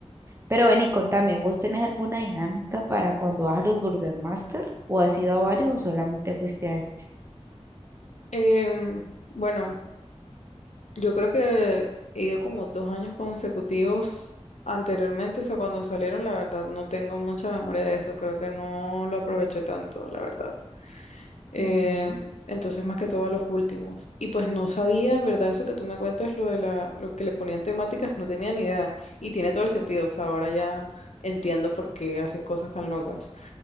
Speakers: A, on the right; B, on the left.
A: Pero ven y contame, ¿vos tenés alguna dinámica para cuando vas a los Burger Master? ¿O has ido a varios o solamente fuiste a este?
B: Em, bueno, yo creo que he ido como dos años consecutivos anteriormente, o sea, cuando salieron, la verdad, no tengo mucha memoria de eso, creo que no lo aproveché tanto, la verdad. Em,
A: Ujú,
B: entonces, más que todo a los últimos. Y pues no sabía, en verdad, eso que tú me cuentas, lo de la, lo que le ponían temáticas, no tenía ni idea. Y tiene todo el sentido, o sea, ahora ya entiendo por qué hacen cosas tan locas.